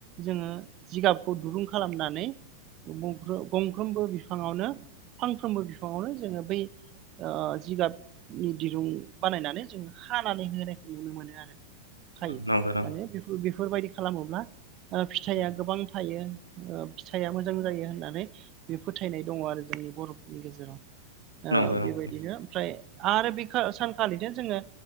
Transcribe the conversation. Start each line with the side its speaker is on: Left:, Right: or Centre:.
Right: जोङो जिगाबखौ दुरुं खालामनानै गंग्र-गंफ्रोमबो बिफाङावनो फांफ्रोमबो बिफाङावनो जोङो बै ओ जिगाबनि दिरुं बानायनानै जोङो हानानै होनायखौ नुनो मोनो आरो खायो
Left: न' न' नंगौ
Right: माने बेफोरबायदि खालामोब्ला फिथाइआ
Left: न
Right: थायो ओ फिथाइआ मोजां जायो होननानै बे फोथायनाय दङ आरो जोंनि बर'फोरनि गेजेराव
Left: नंगौ
Right: औ
Left: नंगौ
Right: बेबायदिनो ओमफ्राय आरो बेखा सानखालिनो जोङो